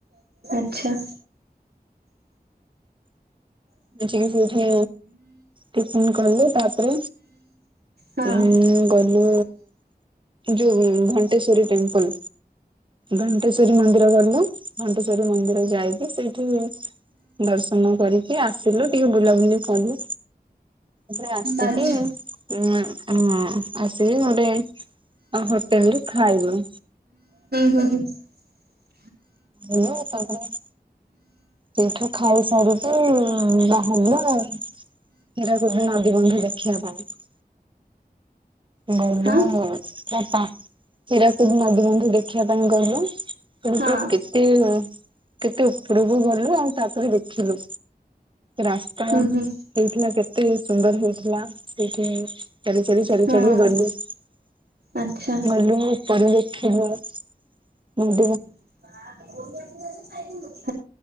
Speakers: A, on the right (about 80°); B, on the right (about 30°).
A: ଛା।
B: ଦେଖିକି ସେଇଠି ଟିଫିନ୍ କଲେ ତାପରେ
A: ହଁ
B: ଉଁ ଗଲୁ ଯୋଉ ଘଣ୍ଟେଶ୍ଵରୀ ଟେମ୍ପଲ୍। ଘଣ୍ଟେଶ୍ଵରୀ ମନ୍ଦିର ଗଲୁ ଘଣ୍ଟେଶ୍ଵରୀ ମନ୍ଦିର ଯାଇକି ସେଇଠି ଦର୍ଶନ କରିକ୍ ଟିକେ ଆସିଲୁ ଟିକେ ବୁଲାବୁଲି କଲୁ ସେ ଆସିକି
A: ଆଚ୍ଛା।
B: ଉଁ ହୁଁ ଆସିକି ଗୋଟେ ହୋଟେଲରେ ଖାଇଲୁ।
A: <unintelligible>
B: ମୁଁ ତାଙ୍କର ସେଇଠୁ ଖାଇସାରିକି ବାହାରିଲୁ ଆଉ ହିରାକୁଦ୍ ନଦିବ ଦେଖିବା ପାଇଁ । ଗଲୁ
A: ହଁ
B: ଚାପା ହିରାକୁଦ୍ ନଦୀ ବନ୍ଧ ଦେ ଦେଖିବା ପାଇଁ ଗଲୁ ତେଣୁ
A: ହଁ
B: ପୁରା କେତେ କେତେ ଉପରକୁ ଗଲୁ ଆଉ ତାପରେ ଦେଖିଲୁ। ରାସ୍ତା
A: ହୁଁ ହୁଁ
B: ହେଇଥିଲା କେତେ ସୁନ୍ଦର ହେଇଥିଲା ସେଠି ଚାଲି ଚାଲି
A: ହଁ।
B: ଚାଲି ଚଳି ଗଲୁ <inaudible>
A: ଆଚ୍ଛା
B: ଗଲୁ ମୋ ଉପରେ ଦେଖିଲୁ। <inaudible> ହୁଁ।
A: ଆସ ଖାଇ <unintelligible>